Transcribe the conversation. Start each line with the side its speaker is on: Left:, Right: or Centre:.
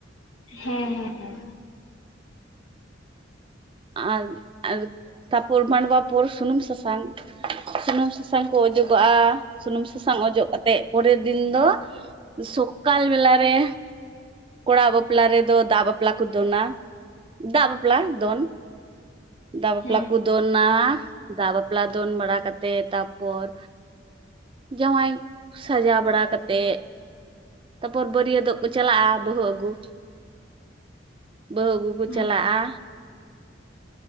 Left: ᱦᱮᱸ ᱦᱮᱸ ᱦᱮᱸ ᱾
Right: ᱟᱨ ᱟᱨ, ᱛᱟᱯᱚᱨ ᱢᱟᱱᱲᱣᱟ ᱯᱚᱨ ᱥᱩᱱᱩᱢ ᱥᱟᱥᱟᱝ ᱥᱩᱱᱩᱢ ᱥᱟᱥ ᱥᱟᱝ ᱠᱚ ᱚᱡᱚᱜᱚᱜ-ᱟ ᱥᱩᱱᱩᱢ ᱥᱟᱥᱟᱝ ᱚᱡᱚᱜ ᱠᱟᱛᱮᱜ ᱯᱚᱨᱮᱨ ᱫᱤᱱ ᱫᱚ ᱥᱚᱠᱟᱞ ᱵᱮᱞᱟ ᱨᱮ ᱠᱚᱲᱟ ᱵᱟᱯᱞᱟ ᱨᱮᱫᱚ ᱫᱟ ᱵᱟᱯ ᱞᱟ ᱠᱚ ᱫᱚᱱᱟ, ᱫᱟᱜ ᱵᱟᱯᱞᱟ ᱫᱚᱱ ᱫᱟᱜ ᱵᱟᱯᱞᱟ
Left: ᱦᱮᱸ
Right: ᱠᱚ ᱫᱚᱱᱟ ᱫᱟᱜ ᱵᱟᱯᱞᱟ ᱫᱚᱱ ᱵᱟᱲᱟ ᱠᱟᱛᱮᱜ ᱛᱟᱯᱚᱨ ᱡᱟᱶᱟᱭ ᱥᱟᱡᱟᱣ ᱵᱟᱲᱟ ᱠᱟᱛᱮᱜ ᱛᱟᱯᱚᱨ ᱵᱟᱹᱨᱭᱟᱹᱛᱚᱜ ᱠᱚ ᱪᱟᱞᱟᱜ-ᱟ ᱵᱟᱹᱦᱩ ᱟᱹᱜᱩ, ᱵᱟᱹᱦᱩ ᱟᱹᱜᱩ ᱠᱚ ᱪᱟᱞᱟᱜ-ᱟ᱾
Left: ᱦᱮᱸ ᱦᱮᱸ